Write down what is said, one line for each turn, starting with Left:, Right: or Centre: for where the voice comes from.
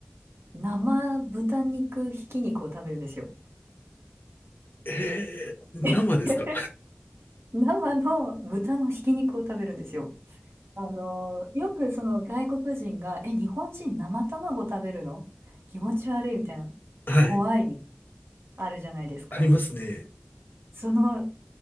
Right: 生豚肉ひき肉を食べるんですよ。
Left: えー、生ですか
Right: <laughs> 生の豚のひき肉を食べるんですよ。あの、よくその外国人が、え、日本人生卵食べるの気持ち悪いみたいな、
Left: はい。
Right: 怖いみたいな、あるじゃないですか。
Left: ありますね。
Right: その